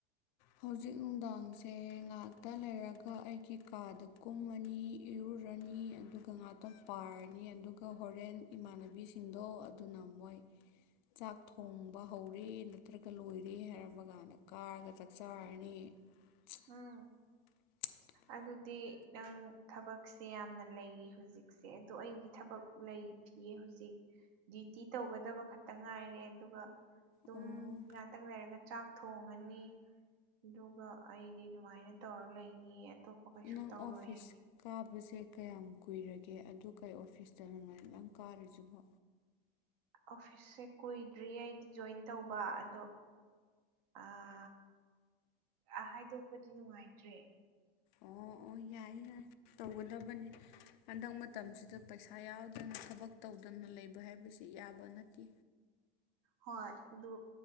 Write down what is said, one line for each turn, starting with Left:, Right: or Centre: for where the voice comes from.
Left: ꯍꯧꯖꯤꯛ ꯅꯨꯡꯗꯥꯡꯁꯦ ꯉꯥꯛꯇ ꯂꯩꯔꯒ ꯑꯩꯒꯤ ꯀꯥꯗ ꯀꯨꯝꯃꯅꯤ ꯏꯔꯨꯔꯅꯤ ꯑꯗꯨꯒ ꯉꯥꯥꯛꯇꯪ ꯄꯥꯔꯅꯤ ꯑꯗꯨꯒ ꯍꯣꯔꯦꯟ ꯏꯃꯥꯟꯅꯕꯤꯁꯤꯡꯗꯣ ꯑꯗꯨꯅ ꯃꯣꯏ ꯆꯥꯛ ꯊꯣꯡꯕ ꯍꯧꯔꯦ ꯅꯠꯇ꯭ꯔꯒ ꯂꯣꯏꯔꯦ ꯍꯥꯏꯔꯝꯕ ꯀꯥꯟꯗ ꯀꯥꯔꯒ ꯆ ꯆꯥꯔꯅꯤ <inaudible>
Right: ꯎꯝ ꯑꯗꯨꯗꯤ ꯅꯪ ꯊꯕꯛꯁꯦ ꯌꯥꯝꯅ ꯂꯩꯔꯤ ꯍꯧꯖꯤꯛꯁꯦ ꯑꯗꯣ ꯑꯩꯗꯤ ꯊꯕꯛ ꯂꯩ ꯊꯤꯌꯦ ꯍꯧꯖꯤꯛ ꯗ꯭ꯌꯨꯇꯤ ꯇꯧꯒꯗꯕ ꯈꯛꯇ ꯉꯥꯏꯔꯦ ꯑꯗꯨꯒ ꯑꯗꯨꯝ
Left: ꯑꯣ
Right: ꯇꯪ ꯂꯩꯔꯒ ꯆꯥꯛ ꯊꯣꯡꯉꯅꯤ ꯑꯗꯨꯒ ꯑꯩꯗꯤ ꯑꯗꯨꯃꯥꯏꯅ ꯇꯧꯔ ꯂꯩꯅꯤ ꯑꯇꯣꯞꯄ ꯀꯩꯁꯨ
Left: ꯅꯪ
Right: ꯇꯧꯔꯣꯏꯌꯦ
Left: ꯑꯣꯐꯤꯁ ꯀꯥꯕꯁꯦ ꯀꯌꯥꯃꯨꯛ ꯀꯨꯏꯔꯒꯦ ꯑꯗꯨ ꯀꯩ ꯑꯣꯐꯤꯁꯇꯅꯤ ꯅꯪ ꯀꯥꯔꯤꯖꯤꯕꯣ
Right: ꯑꯣꯐꯤꯁꯁꯦ ꯀꯨꯏꯗ꯭ꯔꯤ ꯑꯩꯗꯤ ꯖꯣꯏꯟ ꯇꯧꯕ ꯑꯗꯣ ꯑ ꯑ ꯍꯥꯏꯗꯣꯛꯄꯗꯤ ꯅꯨꯡꯉꯥꯏꯇ꯭ꯔꯦ
Left: ꯑꯣ ꯑꯣꯏ ꯌꯥꯏ ꯌꯥꯏ ꯇꯧꯒꯗꯕꯅꯤ ꯍꯟꯗꯛ ꯃꯇꯝꯁꯤꯗ ꯄꯩꯁꯥ ꯌꯥꯎꯗꯅ ꯊꯕꯛ ꯇꯧꯗꯅ ꯂꯩꯕ ꯍꯥꯏꯕꯁꯤ ꯌꯥꯕ ꯅꯠꯇꯦ
Right: ꯍꯣꯏ ꯗꯨ